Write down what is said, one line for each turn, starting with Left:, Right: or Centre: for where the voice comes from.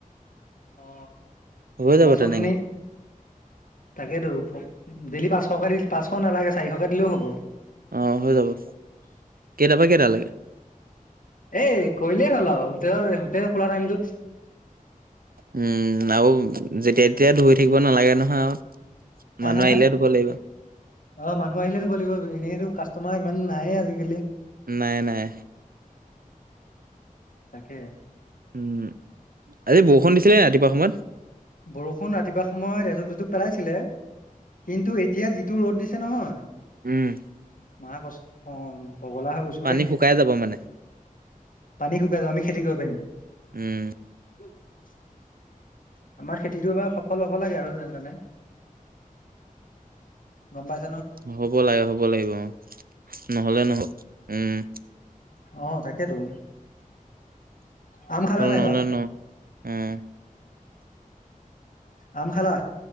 Left: অ।
Right: হৈ যাব
Left: বাচন
Right: তেনেকে।
Left: খিনি তাকেতো ডেইলি পাঁচশকে দি পাঁচশ নালাগে চাৰিশকে দিলেও হ'ব।
Right: আহ হৈ যাব কেইটাৰ পৰা কেইটা লে।
Left: এই কলেই হ'ল আৰু হোটেলৰ হোটেল খোলা টাইমটোত।
Right: উম আৰু যেতিয়া তেতিয়া ধুই থাকিব নালাগে নহয়।
Left: হা
Right: মানুহ
Left: হা,
Right: আহিলে
Left: হা
Right: ধুব লাগিব
Left: অ মানুহ আহিলে দিব লাগিব এনেইতো কাষ্টমাৰ ইমান। উ নাইয়ে আজিকালি?
Right: নাই নাই।
Left: তাকে।
Right: উম আজি বৰষুণ দিছিলে ৰাতিপুৱা সময়ত।
Left: বৰষুণ ৰাতিপুৱা সময়ত এটুপ টুপ পেলাইছিলে। কিন্তু এতিয়া যিটো ৰ'দ দিছে নহয়।
Right: উম
Left: মাহ কছ অ পগলা হৈ গৈছো
Right: পানী
Left: দেই
Right: শুকাই যাব মানে
Left: পানী শুকাই পানি। খেতি কৰিব পাৰিম।
Right: উম
Left: <unintelligible> আমাৰ খেতিতটো এবাৰ সফল হব লাগে আৰু যেনে জানে গম পাই।
Right: হ'ব লাগে হ'ব লাগিব, অ নহলে নহ উম।
Left: অ তাকেতো। আম
Right: সফল
Left: খালা নাই
Right: নহ'লে
Left: বা।
Right: ন উম
Left: আম খালা।